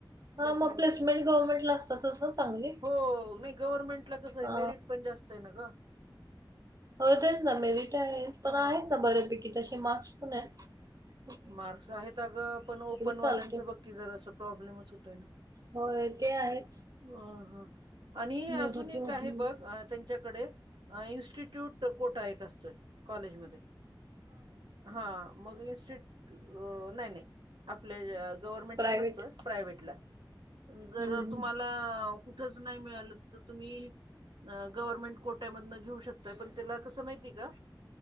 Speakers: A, on the right; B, on the right.
A: हा
B: प्लेसमेंटचय
A: मग प्लेसमेंट गव्हर्नमेंटला असतातच ना चांगली
B: हो नाही गव्हर्नमेंटला कसंय?
A: हा
B: मेरीट फी पण जास्तय ना ग?
A: हो तेच ना मेरिट आहेय पण
B: हा
A: आहेत ना बऱ्यापैकी तसे मार्क्स पण यत
B: मार्क्स आहेत अगं पण ओपनवाल्यांचं
A: चालते
B: बघ की जरास प्रॉब्लेमच होतोय
A: होय ते आहेच
B: अ ह आणि
A: जरा
B: अजून एक
A: प्रॉब्लेम
B: आहे बघ? त्यांच्याकडे इन्स्टिट्यूट कोटा एक असतोय. कॉलेजमध्ये हा मग इन्स्टि अ, नाही नाही आपल्या गव्हर्मेंटला
A: प्रायव्हेट
B: नसतोय. प्रायव्हेटला जर
A: हम्म
B: तुम्हाला कुठच नाही मिळालं तर तुम्ही गव्हर्नमेंट कोट्यामधन घेऊ शकताय, पण त्याला कसं माहिती का?